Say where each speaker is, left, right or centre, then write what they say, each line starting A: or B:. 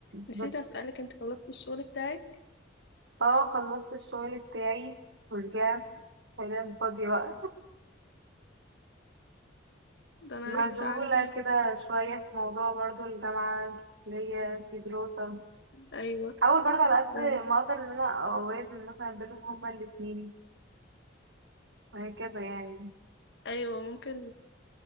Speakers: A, on the left; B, on the right.
A: نسيت
B: بس
A: اسالك انت خلصت الشغل بتاعك
B: اه خلصت الشغل بتاعي ورجعت حاليا فاضية بقى
A: ده انا
B: مشغولة
A: لسه عندي
B: كده شوية في موضوع برضو الجامعة اللي هي في دراسة
A: ايوه
B: حاول برضو على
A: ده
B: قد
A: أنا لسه-
B: ما أقدر إن أنا أوازن مثلا بينهم هما الاتنين وهكذا يعني
A: ايوه ممكن